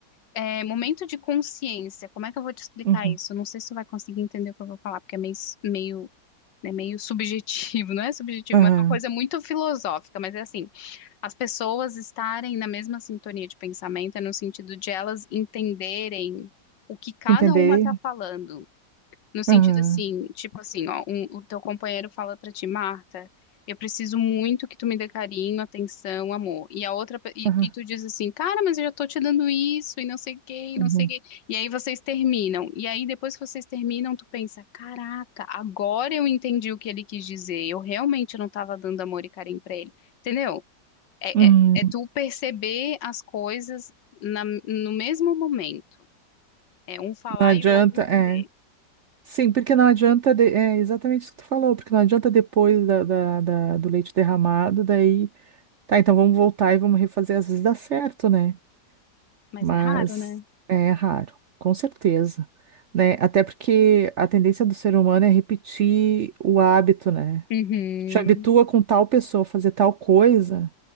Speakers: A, on the left (about 85°); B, on the right (about 65°).
A: é, momento de consciência. Como é que eu vou te explicar
B: uhum,
A: isso? Eu Não sei se você vai conseguir entender o que eu vou falar, porque é meio, meio É meio subjetivo, <laughs> não é subjetivo,
B: aham.
A: mas é uma coisa muito filosófica, mas é assim, as pessoas estarem na mesma sintonia de pensamento, é no sentido de elas entenderem o que cada
B: Entender
A: uma está
B: ele?
A: falando. No sentido
B: Aham,
A: assim, tipo assim, ó, um- o teu companheiro fala pra ti, Marta, eu preciso muito que tu me dê carinho, atenção, amor. E a outra, pe- e,
B: aham,
A: e tu diz assim, cara, mas eu já tô te dando isso, e não sei o quê, e
B: uhum,
A: não sei o quê. E aí vocês terminam. E aí depois que vocês terminam, tu pensa, caraca, agora eu entendi o que ele quis dizer. Eu realmente não tava dando amor e carinho pra ele. Entendeu? É,
B: uhum.
A: é, é tu perceber as coisas na- no mesmo momento. É um falar
B: Não adianta,
A: e o outro entender.
B: é. Sim, porque não adianta, de- é exatamente isso que tu falou, porque não adianta depois da, da- da- do leite derramado, daí, tá, então vamos voltar e vamos refazer, às vezes dá certo, né?
A: Mas
B: Mas
A: é raro, né?
B: é raro, com certeza, né? Até porque a tendência do ser humano é repetir o hábito, né?
A: Uhum,
B: Te habitua com tal pessoa a fazer tal coisa,